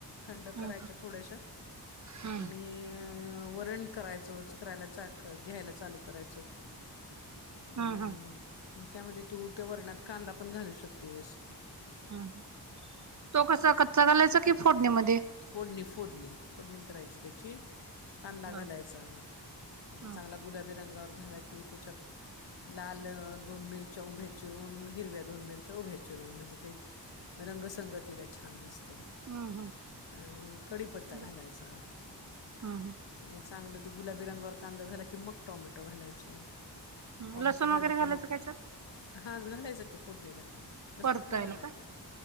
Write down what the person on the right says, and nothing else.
हम्म
हम्म
हम्म
हम्म
हं तो कसा कच्चा घालायचा कि फोडणी मध्यें
बर
हम्म
हम्म हम्म
बर
हम्म
हम्म
लसूण
वगैरे घालायचं
का याच्यात
परतायला
का